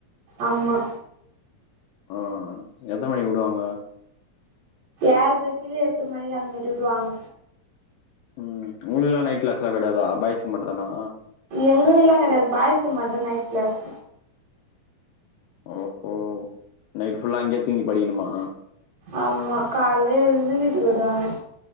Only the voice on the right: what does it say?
ஆமா
ஏழ்ரைக்கி எட்டு மணி அந்த மாரி விடுவாங்
எங்களுக்கல்லா கெடையாது பாய்ஸு மட்டு நைட் கிளாஸ்
ஆமா காலேல எழுந்து வீட்டுக்கு வருவாங்க